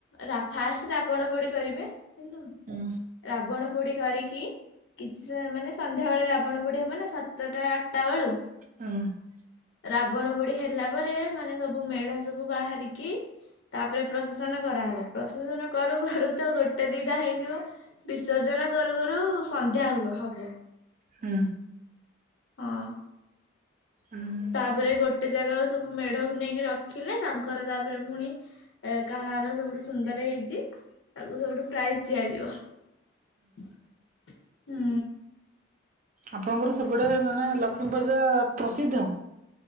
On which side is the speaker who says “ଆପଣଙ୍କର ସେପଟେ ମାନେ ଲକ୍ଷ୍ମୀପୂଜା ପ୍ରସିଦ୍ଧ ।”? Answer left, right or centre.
Right